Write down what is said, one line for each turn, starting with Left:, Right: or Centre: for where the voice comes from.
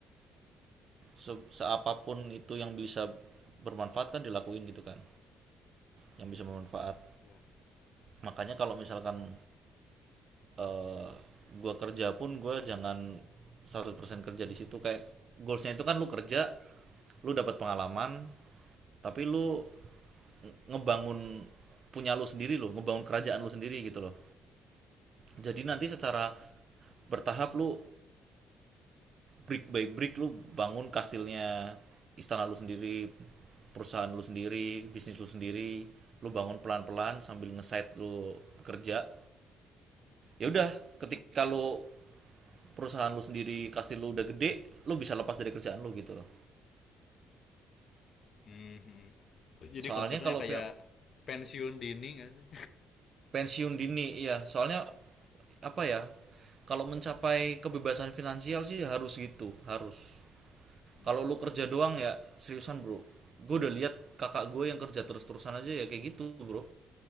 Right: se seapapun itu yang bisa bermanfaat kan dilakuin gitu kan yang bisa bermanfaat
Left: iya.
Right: makanya kalau misalkan eh gua kerja pun gue jangan 100% kerja di situ kayak goalsnya itu kan lu kerja lu dapat pengalaman tapi lu ngebangun punya lu sendiri lu ngebangun kerajaan lu sendiri gitu loh jadi nanti
Left: Hmm.
Right: secara bertahap lu brick by brick lu bangun kastilnya istana lu sendiri perusahaan lu sendiri bisnis lu sendiri lu bangun pelan-pelan sambil nge-side lu kerja ya udah ketika lu perusahaan lu sendiri kasih lu udah gede lu bisa lepas dari kerjaan lu gitu loh
Left: Hmm, hmm. Jadi
Right: soalnya
Left: konsepnya
Right: kalau
Left: kayak pensiun dini nggak sih?
Right: pensiun dini iya soalnya apa ya kalau mencapai kebebasan finansial sih harus gitu harus
Left: <laughs> hmm.
Right: kalau lu kerja doang ya seriusan bro gue udah lihat kakak gue yang kerja terus-terusan aja ya kayak gitu bro